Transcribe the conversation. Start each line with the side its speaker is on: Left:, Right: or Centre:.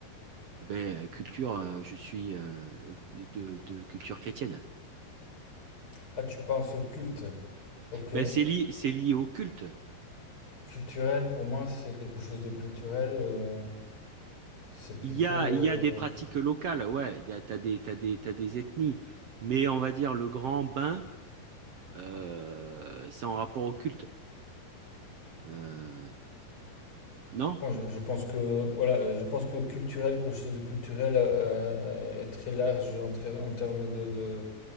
Right: Eh Ben, culture, euh, je suis euh, de, de culture chrétienne.
Left: Ah, tu penses au culte. Ok.
Right: Ben, c'est lié, c'est lié au culte.
Left: Culturel, pour moi, c'est quelque chose de culturel. euh, c'est plutôt.
Right: Il y a,
Left: euh,
Right: il y a des pratiques locales, ouais, t'as des, t'as des, t'as des ethnies. Mais on va dire le grand bain. euh, c'est en rapport au culte. Euh, non?
Left: bon, je, je pense que voilà, euh, je pense que culturel, quelque chose de culturel euh, euh, est très large en, très- en termes de, de